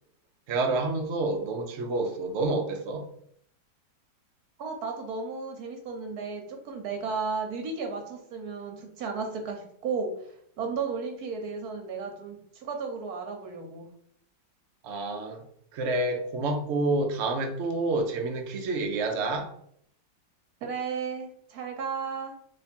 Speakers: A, on the right; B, on the right.
A: 대화를 하면서 너무 즐거웠어. 너는 어땠어?
B: 어, 나도 너무 재밌었는데 조금 내가 느리게 맞췄으면 좋지 않았을까 싶고, 런던 올림픽에 대해서는 내가 좀 추가적으로 알아보려고.
A: 아, 그래, 고맙고 다음에 또 재밌는 퀴즈 얘기하자.
B: 그래, 잘 가.